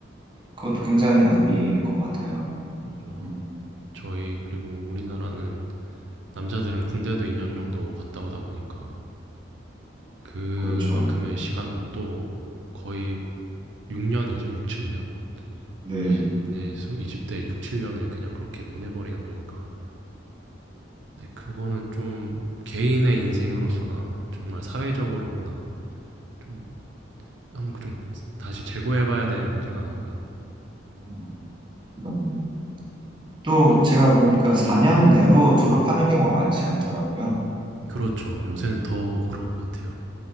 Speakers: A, on the right; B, on the right.
A: 그것도 굉장히 낭비인 것 같아요.
B: 그렇죠.
A: 음,
B: 저희 그리고 우리나라는 남자들은 군대도 2년 정도 갔다 오다 보니까 그만큼의
A: 그렇죠.
B: 시간도 또 거의 6년이죠, 6, 7년.
A: 네.
B: 이, 네, 20대 6, 7년을 그냥 그렇게 보내버리는 거니까. 네, 그거는 좀 개인의 인생으로서나 정말 사회적으로 보나 좀 한번 좀 다시 재고해봐야 될 문제가 아닌가.
A: 음, 그럼. 또 제가 보니까 4년 내로 졸업하는 경우가 많지 않더라고요.
B: 그렇죠. 요새는
A: 음,
B: 더 그런 것 같아요.